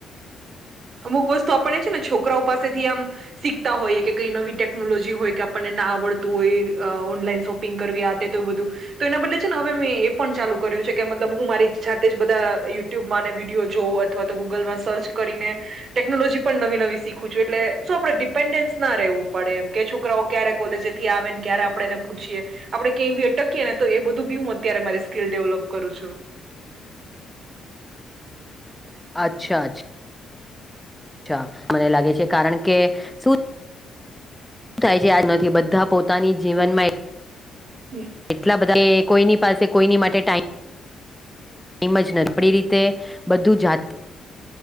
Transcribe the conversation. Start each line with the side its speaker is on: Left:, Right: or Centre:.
Right: અમુક વસ્તુ આપણે છે ને છોકરાઓ પાસેથી આમ શીખતા હોઈએ કે, કઈ નવી ટેકનોલોજી હોય કે આપણને ના આવડતું હોય, અ ઓનલાઈન શોપિંગ કરવી આ તે તેવુ બધું. તો એના બદલે છે ને હવે મેં એ પણ ચાલુ કર યુ છે કે, મતલબ હું મારી જાતે જ બધા યુટ્યુબમાં ને વિડીયો જોઉં અથવા તો ગૂગલમાં સર્ચ કરીને ટેકનોલોજી પણ નવી-નવી શીખું છું એટલે શું આપડે ડિપેન્ડન્સ ના રહેવું પડે એમ કે છોકરાઓ ક્યારે કોલેજેથી આવેન ક્યારે આપડે એને પૂછીએ. આપડે કંયય બી અટકીએ ને તો એ બધું બી હું અત્યારે મારી સ્કિલ ડેવલોપ કરું છું.
Centre: અચ્છા, અચ્છા. અચ્છા, મને લાગે છે કારણ કે શું <unintelligible> થાય છે આજ નથી. બધા પોતાની જીવનમાં
Right: હમ
Centre: એટલા બધા એ કોઈની પાસે કોઈની માટે ટાઈમ ઈમ જ ન આપડી રીતે બધું જાત